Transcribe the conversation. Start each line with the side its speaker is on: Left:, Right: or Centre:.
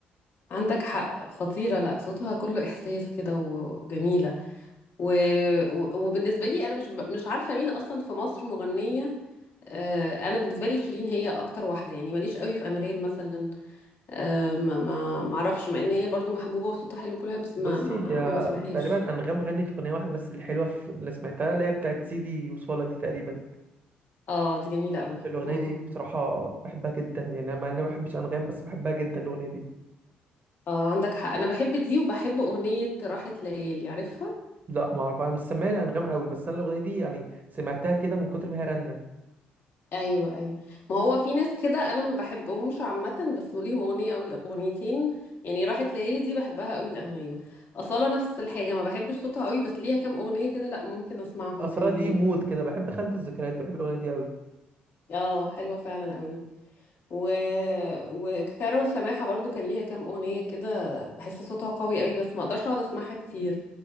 Left: عندك حق خطيرة لا صوتها كله إحساس كده وجميلة و... و... وبالنسبة لي أنا مش ب... مش عارفة مين أصلا في مصر مغنية آه، أنا بالنسبة لي شيرين هي أكتر واحدة يعني ماليش قوي في أنغام مثلا آه، ما ما ما أعرفش مع إن هي برضو محبوبة وصوتها حلو كلها بس
Right: بصي
Left: ما ما,
Right: هي
Left: ما بسمعهاش
Right: تقريبا انغام غنت اغنيه واحده بس الحلوه في اللي سمعتها اللي هي بتاعت سيدي وصالك دي تقريبا
Left: اه دي جميلة قوي
Right: الاغنيه
Left: مم.
Right: دي بصراحه بحبها جدا يعني انا مع اني ما بحبش انغام بس بحبها جدا الاغنيه دي
Left: اه عندك حق أنا بحب دي وبحب أغنية راحت ليالي عارفها
Right: لا ما اعرف انا مش سامعها لانغام قوي بس انا الاغنيه دي يعني سمعتها كده من كتر ما هي رنه
Left: ايوه ايوه ما هو في ناس كده انا ما بحبهمش عامه بس ليهم اغنيه او اغنيتين يعني راحت ليالي دي بحبها قوي الانغام اصاله نفس الحاجه ما بحبش صوتها قوي بس ليها كام اغنيه كده لا ممكن اسمعهم
Right: اصلا
Left: حلوين
Right: دي مود كده بحب خانه الذكريات دي، بحب الاغنيه دي قوي
Left: اه حلوه فعلا قوي و... وكارول سماحه برضو كان ليها كام اغنيه كده بحس صوتها قوي قوي بس ما اقدرش اقعد اسمعها كتير